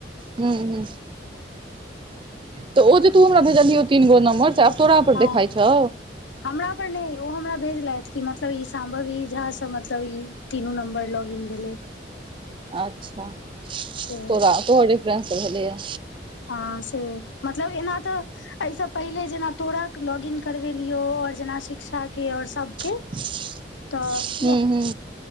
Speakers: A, on the right (about 25°); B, on the left (about 80°).
A: हूँ हूँ तऽ ओ जे तू हमरा भेजलियौ तीन गो नंम्बर से आब तोरा पर
B: हँ
A: देखाइ छौ
B: हमरा पर नहि ओ हमरा भेजलथि कि मतलब ई सम्भव ई झा सब मतलब ई तीनू नंम्बर लगीन भैलै देै
A: अच्छा
B: से
A: तोरा तोहरडिफरेंस भेलले है
B: हँ से मतलब एना तऽ एहिसँ पहिले जेना तोड़क लॉगीन करबेलियौ आऔर जेना शिक्षा के और सबके
A: हू
B: तऽ
A: हू